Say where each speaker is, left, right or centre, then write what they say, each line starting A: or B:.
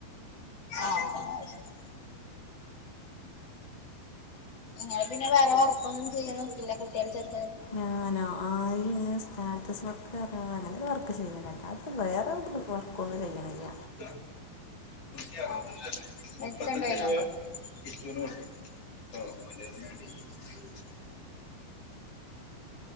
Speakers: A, on the left (about 35°); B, on the left (about 50°).
A: ആഹ് ശ ഇങ്ങനെ പിന്നെ വേറെ വർക്കൊന്നും ചെയ്യാൻ നോക്കില്ല കുട്ടിള് ചെറി
B: ഞാനോ ആയി സ്റ്റാറ്റസ് വർകത അങ്ങന ഒരു വർക്ക് ചെയ്യണ്ട അത് വേറെ ഒരു വർക്കൊന്നു ചെയ്യിണില്ല
A: ആ <unintelligible> <unintelligible> <unintelligible>